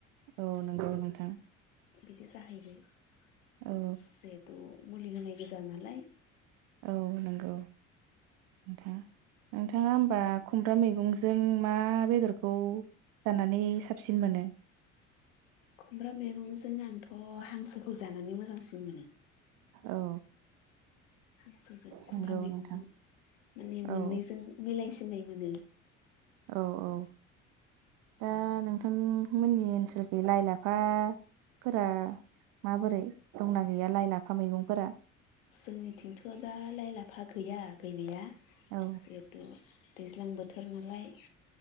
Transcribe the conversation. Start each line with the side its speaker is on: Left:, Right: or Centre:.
Right: औ नंगौ नोंथां।
Left: बिदि जाहैबाय जिहेथु
Right: औ
Left: मुलि होननाय गोजा नालाय।
Right: औ नंगौ नोंथां नोंथाङा होमबा खुमब्रा मैगंजों मा बेदरखौ जानानै साबसिन मोनो?
Left: खुमब्रा मैगंजों आंथ' हांसोखौ जानानै मोजांसिन मोनो।
Right: औ
Left: हांसोजों खुमब्रा
Right: नंगौ
Left: मैगंजों
Right: नोंथां
Left: माने मोननैजों
Right: औ
Left: मिलाय सिननाय मोनो।
Right: औ औ। दा नोंथांमोननि ओनसोलखै लाइ लाफा - -फोरा माबोरै दंना गैया लाइ लाफा मैगंफोरा?
Left: जोंनिथिंथ' दा लाइ लाफा गैया गैनाया
Right: औ
Left: जिहेथु दैज्लां बोथोर नालाय